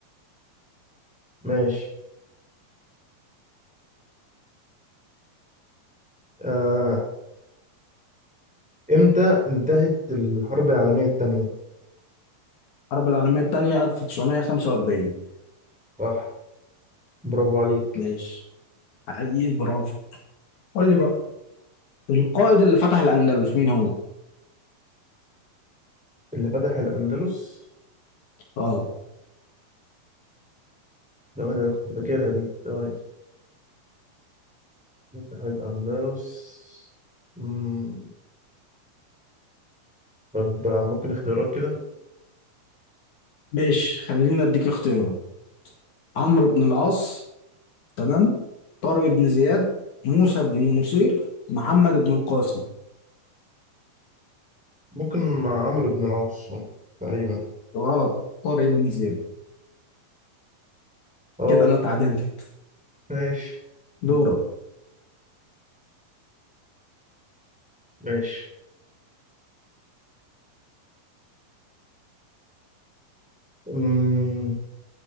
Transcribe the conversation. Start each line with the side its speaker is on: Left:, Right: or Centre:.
Centre: ماشي آه، امتى انتهت الحرب العالمية التانية
Left: الحرب العالمية التانية 1945
Centre: صح برافو عليك
Left: ماشي حقيقي برافو قول لي بقى القائد اللي فتح الأندلس مين هو؟
Centre: اللي فتح الأندلس
Left: اه
Centre: ثواني أنا كنت فاكرها دي ثواني فتح الأندلس مم. طب آه، ممكن اختيارات كده
Left: ماشي خلينا اديك اختيارات عمرو بن العاص تمام طارق بن زياد موسى بن نصير محمد بن القاسم
Centre: ممكن مع عمرو بن العاص تقريبا
Left: غلط طارق بن زياد
Centre: اه
Left: كده انا اتعادلت
Centre: ماشي
Left: دورك
Centre: <laughs> ماشي مم.